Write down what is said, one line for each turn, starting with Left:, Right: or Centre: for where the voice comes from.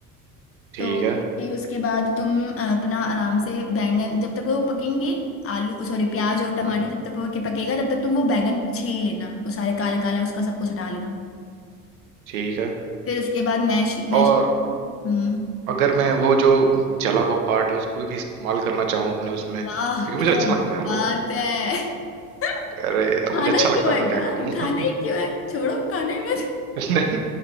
Right: ठीक
Left: तो
Right: है
Left: फिर उसके बाद तुम अ, अपना आराम से बैंगन जब तक वो पकेंगे आलू सॉरी प्याज और टमाटर
Right: हम्म
Left: जब तक वो के पकेगा तब तक तुम वो बैंगन छील लेना वो सारे काला काला उसका सब कुछ हटा लेना
Right: ठीक है
Left: फिर उसके बाद मैश मैश
Right: और
Left: हम्म
Right: अगर मैं वो जो जला हुआ पार्ट है उसको भी इस्तेमाल करना चाहूँ अपने उसमें
Left: वाह
Right: क्योंकि मुझे
Left: क्या
Right: अच्छा लगता है यार
Left: बात
Right: वो
Left: है <laughs>
Right: अरे अब
Left: खाना
Right: मुझे अच्छा
Left: ही
Right: लगता
Left: क्यों
Right: है
Left: है
Right: मैं क्या
Left: यार
Right: करूँ
Left: खाना
Right: <laughs>
Left: ही क्यों है छोड़ो खाना ही मत
Right: नहीं